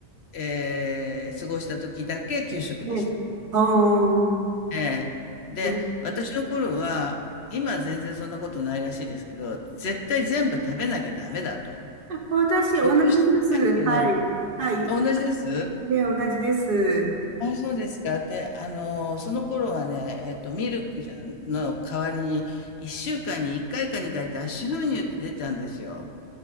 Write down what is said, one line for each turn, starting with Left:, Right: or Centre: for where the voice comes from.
Left: えー過ごした時だけ給食でした。
Right: え、ああ、
Left: ええ。で、
Right: ど、
Left: 私の頃は、今は全然そんなことないらしいですけど、絶対全部食べなきゃダメだと。
Right: 私、同じです。
Left: 残してはいけない。
Right: はい。はい。
Left: あ、同じです？
Right: ね、同じです。
Left: あ、そうですか。で、あの、その頃はね、えっと、ミルクじゃの代わりに、1週間に1回か2回脱脂粉乳って出たんですよ。